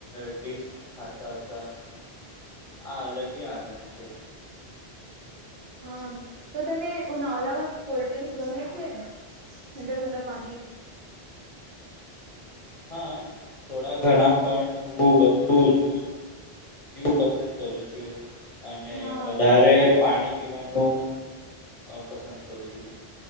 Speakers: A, on the left; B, on the right.
A: ડીસ ખાતા હતા આ અલગી આનંદ છે
B: હા તો તને ઉનાળામાં કોલ્ડ્રિંકસ ગમે છે ઠંડા ઠંડા પાણી <inaudible>
A: હા થોડા ઘણા પણ હું બહુ જ પસંદ કરું છું અને
B: હા
A: વધારે પાણી પીવાનું પસંદ કરું છું